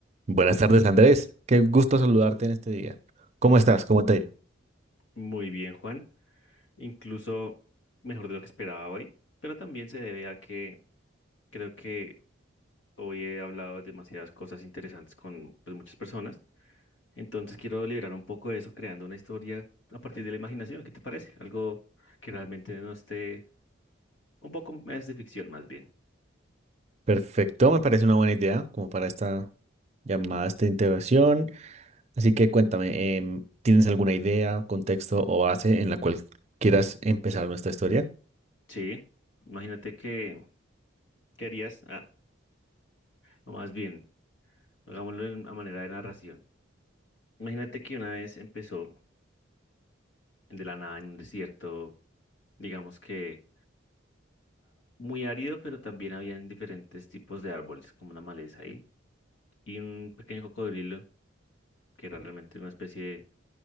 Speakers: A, on the right; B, on the left.
A: Buenas tardes, Andrés. Qué gusto saludarte en este día. ¿Cómo estás? ¿Cómo te ha ido?
B: Muy bien, Juan. Incluso mejor de lo que esperaba hoy, pero también se debe a que creo que hoy he hablado demasiadas cosas interesantes con pues, muchas personas. Entonces quiero liberar un poco de eso creando una historia a partir de la imaginación. ¿Qué te parece? Algo que realmente no esté un poco más de ficción, más bien.
A: Perfecto, me parece una buena idea como para esta llamada, esta integración. Así que cuéntame, em, ¿tienes alguna idea, contexto o base en la cual quieras empezar nuestra historia?
B: Sí, imagínate que querías, ah, o más bien, hagámoslo en- a manera de narración. Imagínate que una vez empezó de la nada en un desierto, digamos que. muy árido, pero también habían diferentes tipos de árboles, como una maleza ahí, y un pequeño cocodrilo, que era realmente una especie